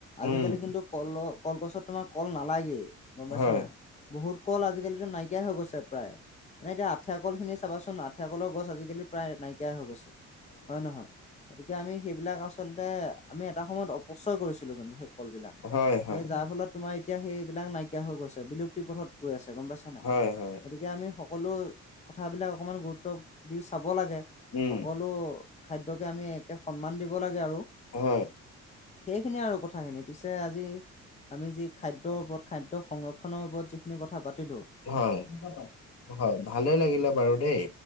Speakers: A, on the left; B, on the left.
A: আজি
B: উম
A: কালি কিন্তু কল, কলগছত তোমাৰ কল নালাগেই, গম পাইছা
B: হয়
A: নাই? বহুত কল আজিকালিতো নাইকিয়াই হৈ গৈছে প্ৰায়। মানে এতিয়া আঠিয়া কল খিনি চাবাচোন, আঠিয়া কলৰ গছ আজিকালি প্ৰায় নাইকিয়াই হৈ গৈছে। হয় নহয়, গতিকে আমি সেইবিলাক আচলতে আমি এটা সময়ত অপচয় কৰিছিলোঁ কিন্তু সেইবোৰ কল বিলাক,
B: হয় হয়
A: সেই যাৰ ফলত তোমাৰ এতিয়া সেইবিলাক নাই কিয়া হৈ গৈছে, বিলুপ্তি পথত গৈ আছে, গম পাইছা নাই?
B: হয় হয়
A: গতিকে আমি সকলো কথাবিলাক অকমান গুৰুত্ব দি চাব লাগে।
B: উম।
A: সকলো খাদ্যকে আমি একে সন্মান দিব লাগে আৰু
B: হয়
A: সেইখিনিয়ে আৰু কথাখিনি। পিছে আজি আমি যি খাদ্যৰ ওপৰত খাদ্য সংৰক্ষণৰ ওপৰত যিখিনি কথা পাতিলোঁ
B: হয়, হয় ভালে লাগিলে বাৰু দেই।